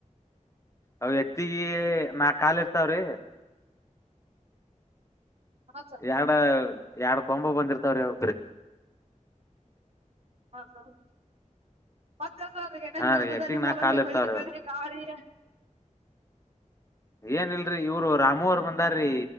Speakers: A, on the left; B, on the right.
A: ಅವ ಎತ್ತಗಿ ನಾಕ್ ಕಾಲ ಇರ್ತಾವ್ರಿ
B: ಹಾ ಸರ್
A: ಎರಡ ಎರಡ್ ಕೊಂಬ ಬಂದಿರ್ತಾವ್ರಿ ಅವಕ
B: ಹೌದೌಹೌದ ಮ ಅದ ಏನೇನ್
A: ಹಾ
B: ನಡೆದದ
A: ರೀ ಎತ್ತಿಗ್
B: ನಿಮ್ಮ
A: ನಾಕ್
B: ಊರಲಿ
A: ಕಾಲ್ ಇರ್ತಾವ್ರಿ
B: ಬೆಳಿ ಬೆಳಿ
A: ಅವ್
B: ಗಾಳಿ
A: ಏನ್ ಇಲ್ರೀ ಇವ್ರು ರಾಮು ಅವರು ಬಂದಾರಿ